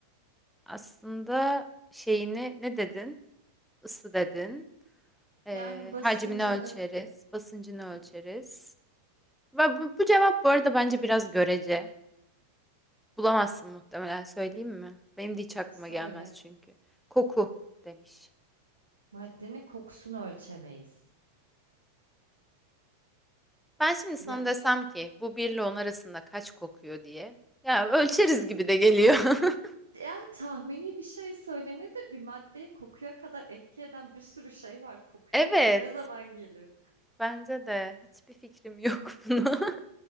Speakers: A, in the centre; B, on the right.
A: aslında şeyini ne dedin? Isı dedin. Ee,
B: Yani, basıncını
A: hacmini ölçeriz, basıncını ölçeriz.
B: ı
A: Ve bu, bu cevap bu arada bence biraz görece. Bulamazsın muhtemelen söyleyeyim mi? Benim de hiç aklıma
B: söyle.
A: gelmez çünkü. Koku demiş.
B: Maddenin kokusunu ölçemeyiz.
A: Ben şimdi sana
B: Ya
A: desem ki bu 1 ile 10 arasında kaç kokuyor diye. Ya ölçeriz gibi de geliyor. <laughs>
B: ya, tahmini bir şey söylenir de bir maddeye kokuya kadar etki eden bir sürü şey var. Kokuya
A: Evet.
B: konu ne zaman gelir?
A: Bence de hiçbir fikrim yok <laughs> buna.